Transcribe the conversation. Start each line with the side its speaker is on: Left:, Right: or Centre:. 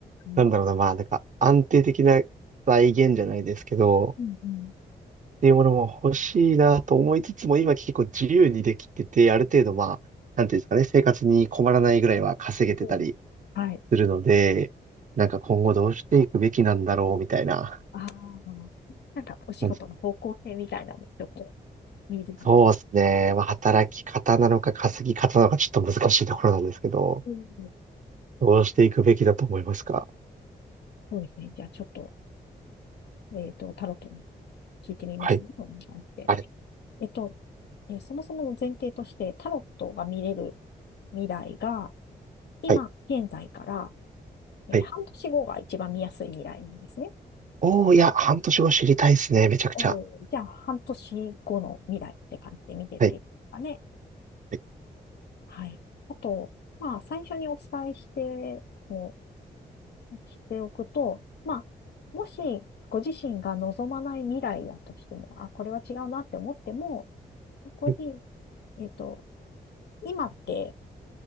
Left: うん。はい。
Right: なんだろうな、まあ、なんか、安定的な財源じゃないですけど、
Left: うんうん。
Right: っていうものも欲しいなと思いつつも、今結構自由にできてて、ある程度、
Left: うん
Right: まあ、なんていうんですかね、生活に困らないぐらいは稼げてたり、
Left: おうはい。
Right: するので、なんか今後どうしていくべきなんだろうみたいな
Left: ああ、なんかお仕事の方向性みたいなの、
Right: 感じで。
Left: ちょっと見える感じ。
Right: そうですね。まあ、働き方なのか稼ぎ方なのかちょっと難しいところなんですけど、
Left: うん
Right: どうしていくべきだと思いますか
Left: そうですね。じゃあちょっと、えっと、タロットに聞いてみますね。
Right: はい。
Left: そんな感じで。
Right: あれ。
Left: えっと、えーそもそもの前提として、タロットが見れる未来が、今、
Right: はい。
Left: 現在から、えー半年後が一番見やすい未来なんですね。
Right: はい。おー、いや、半年後知りたいですね。めちゃくちゃ。
Left: おーじゃあ、半年後の未来って感じで見てていいですかね。
Right: はい。は
Left: はい。あと、まあ、最初にお伝えして、もしておくと、まあ、もし、ご自身が望まない未来だとしても、あ、これは違うなって思っても、そこに、
Right: い。
Left: えっと、今って